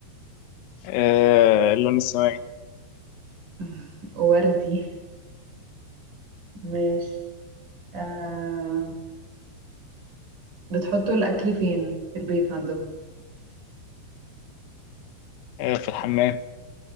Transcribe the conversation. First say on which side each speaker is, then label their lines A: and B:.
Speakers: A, on the left (about 75°); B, on the right (about 45°).
A: آه اللون السماوي
B: <laughs> وردي ماشي آه بتحطوا الأكل فين في البيت عندكم
A: آه في الحمام